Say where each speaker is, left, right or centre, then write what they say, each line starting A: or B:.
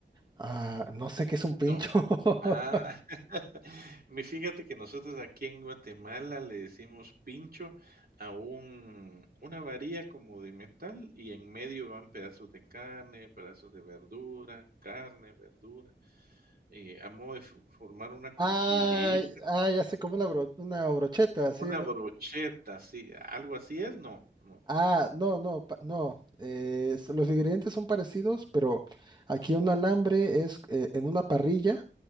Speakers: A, on the right; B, on the right.
A: ah, no sé qué es un pincho.
B: No.
A: <laughs>
B: Ah, <laughs> mi fíjate que nosotros aquí en Guatemala le decimos pincho a un una varilla como de metal y en medio van pedazos de carne, pedazos de verdura, carne, verdura, eh, a modo de fo formar una como
A: Ah,
B: fili
A: ah, ya sé, como una, bro- una brocheta, así.
B: una brocheta, sí, ¿algo así es? No, no.
A: Ah, no, no, pa- no. eh, s- los ingredientes son parecidos, pero aquí un alambre es eh, en una parrilla.